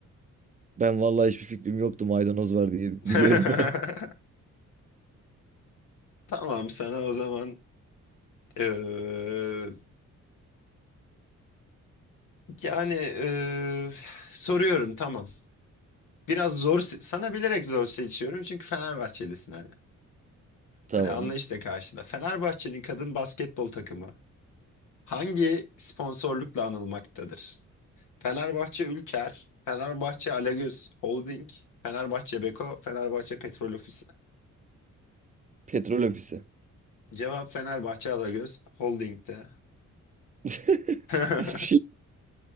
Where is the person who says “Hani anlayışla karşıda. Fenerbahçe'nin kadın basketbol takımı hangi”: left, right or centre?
Left